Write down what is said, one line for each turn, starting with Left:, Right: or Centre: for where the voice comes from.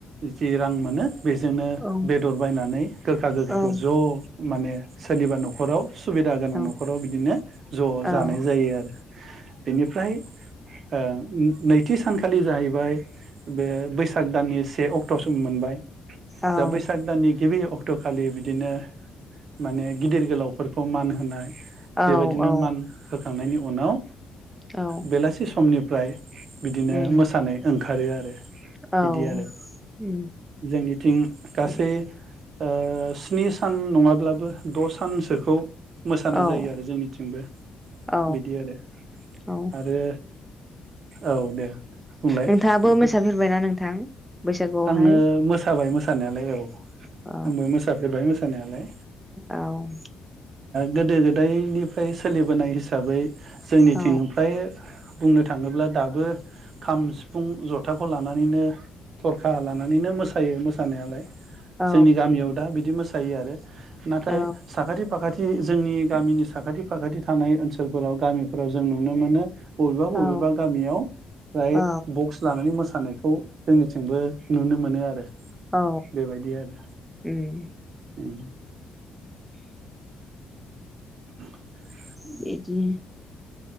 Right: जि रां मोनो बेजोंनो
Centre: औ
Right: बेदर बायनानै गोखा गोखैखौ
Centre: औ
Right: ज ' माने सोरनिबा न'खराव सुबिदा गोनां
Centre: औ
Right: न'खराव बिदिनो ज'
Centre: औ
Right: जानाय जायो आरो बेनिफ्राय ओ नैथि सान खालि जाहैबाय बे बैसाग दाननि से अक्ट' सम मोनबाय।
Centre: औ
Right: दा बैसाग दाननि गिबि अक्ट'खालि बिदिनो माने गिदिर गोलावफोरखौ मानो होन होनाय बेबायदिनो
Centre: औ औ
Right: मान होखांनायनि उ उनाव ओ
Centre: औ
Right: बेलासि समनि <unintelligible> बिदिनो
Centre: उम
Right: मोसानाय ओं ओंखारो आरो
Centre: औ
Right: बिदि आरो
Centre: उम
Right: जोंनिथिं गासै
Centre: उम
Right: ओ स्नि सान नङाब्लाबो द' सानसोखौ मोसानाय
Centre: औ औ
Right: जायो आरो जोंनिथिंबो
Centre: औ
Right: बिदि आरो
Centre: औ
Right: आरो औ दे। बुंलाय
Centre: नोंथाङाबो
Right: नोंथां
Centre: मोसाफेरबाय ना ना नोंथां बैसागुआवहाय
Right: आङो मोसाबाय मोसानायालाय औ
Centre: औ
Right: आंबो मोसाफेरबाय मो जानायालाय
Centre: औ
Right: गोदो गोदायनिफ्राय सोलिबोनाय हिसाबै हिसाबै जोंनिथिं
Centre: औ
Right: फाय बुंनो थाङोब्ला दाबो खाम सिफुं जथाखौ लानानैनो थरखा लानानैनो मोसायो मोसायो थानायालाय
Centre: औ
Right: जोंनि गामियाव दा बिदि मोसानाय थायो आरो नाथाय
Centre: औ
Right: साखाथि फाखाथि जोंनि गामिनि साखाथि फाखाथि थानाय ओनसोलफोराव गामिफोराव जों नुनो मोनो बबेबा बबेबा
Centre: औ
Right: गामियाव फ्राय
Centre: औ
Right: बक्स लानानै मोसानाय खौ जों जोंबो नुनो मोनो आरो
Centre: औ
Right: बेबायदि आरो
Centre: उम उम
Right: उ <unintelligible>
Centre: बेदि